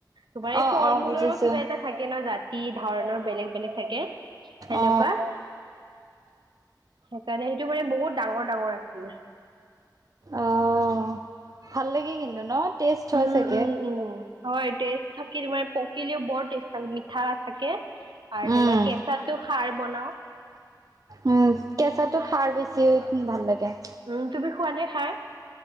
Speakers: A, on the right (about 85°); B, on the right (about 50°).
A: তোমাৰ এই
B: অ
A: ফল
B: অ
A: মূলৰো
B: বুজিছো
A: কিবা এটা থাকে ন' জাতি। ধৰণৰ বেলেগ বেলেগ থাকে, সেনেকুৱা
B: অ
A: সেইকাৰণে সেইটো মানে বহুত ডাঙৰ ডাঙৰ আছিল।
B: অ' ভাল লাগি কিন্তু ন' টেষ্ট হয়
A: উম
B: চাগে।
A: উম উম হয় টেষ্ট থাকিল তোমাৰ মে পকিলেও বৰ টেষ্ট থাকে মিঠা থাকে। আৰু
B: উম
A: তোমাৰ কেঁচাটো সাৰ বনাও।
B: উম, কেঁচাটো সাৰ বেছি ভাল লাগে।
A: উম, তুমি খোৱনে সাৰ?